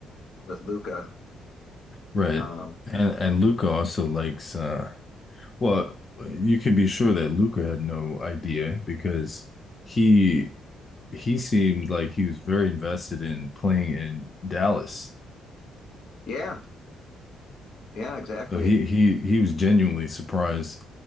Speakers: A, on the left; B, on the left.
A: with Luca.
B: Right.
A: Um,
B: And and Luca also likes uh well, you can be sure that Luca had no idea because he he seemed like he was very invested in playing in Dallas.
A: yeah, yeah, exactly.
B: So he he he was genuinely surprised.